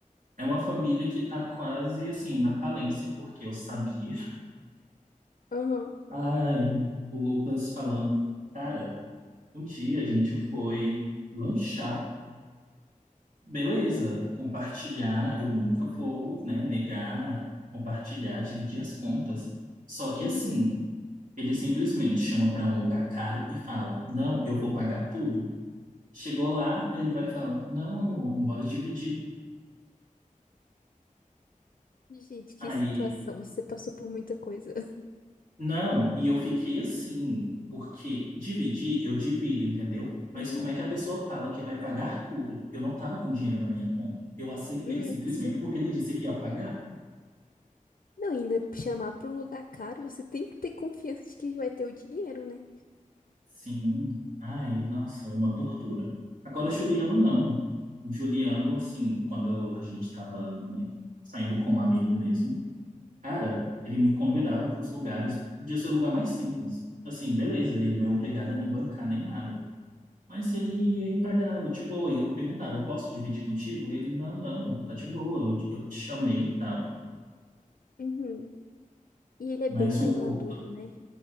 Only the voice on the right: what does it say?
É uma família que tá quase, assim, na falência, porque eu sabia.
Ai, o Lucas falando, cara, um dia a gente foi lanchar. Beleza, compartilhar, eu nunca vou, né, negar, compartilhar, dividir as contas. Só que
assim, ele simplesmente chama para um lugar caro e fala: Não, eu vou pagar tudo. Chegou lá, ele vai falar: Não, amor, bora dividir.
Aí,
não, e eu fiquei assim, porque dividir, eu divido, entendeu? Mas
como é que a pessoa fala que vai pagar tudo? Eu não tava com dinheiro na minha conta. Eu aceitei
simplesmente
porque ele disse que ia pagar.
Sim. Ai, nossa, uma tortura. Agora, Juliano, não. Juliano, assim, quando a gente tava, né, saindo com um amigo mesmo, cara, ele me convidava para os lugares, podia ser o lugar mais simples. Assim, beleza, ele não é obrigado a me bancar nem nada. Mas ele ia e pagava, de boa. E eu perguntava, eu posso dividir contigo? Ele, não, não, tá de boa, eu, eu te chamei e tal.
Mas
o outro,